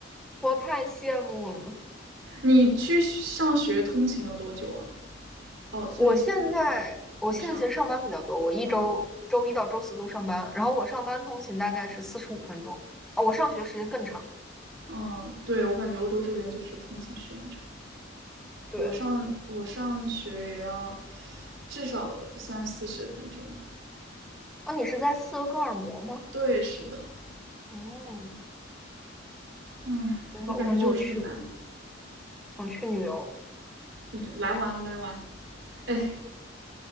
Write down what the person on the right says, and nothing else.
你去上学通勤要多久啊？哦，虽然你现在
不上，
嗯
嗯，对，我感觉欧洲这边就是通勤时间很长，
我上我上学也要至少三四十分钟，
对，是的，
嗯，
我感觉就是很难，
来玩来玩，哎，